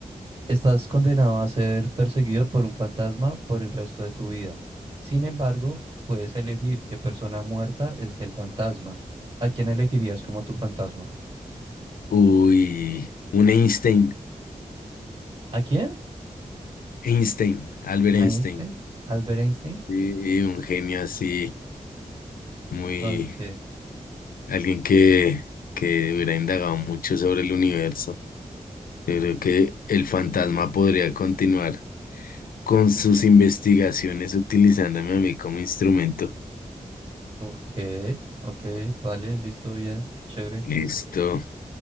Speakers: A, on the right; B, on the left.
A: Estás condenado a ser perseguido por un fantasma por el resto de tu vida. Sin embargo, puedes elegir qué persona muerta es el fantasma. ¿A quién elegirías como tu fantasma?
B: Uy, un Einstein,
A: ¿A quién?
B: Einstein, Albert
A: ¿A
B: Einstein.
A: Einstein? ¿Albert Einstein?
B: Sí, un genio así, muy,
A: Ok,
B: alguien que, que hubiera indagado mucho sobre el universo. Yo creo que el fantasma podría continuar con sus investigaciones utilizándome a mí como instrumento.
A: ok, ok, vale, listo, bien, chévere.
B: Listo.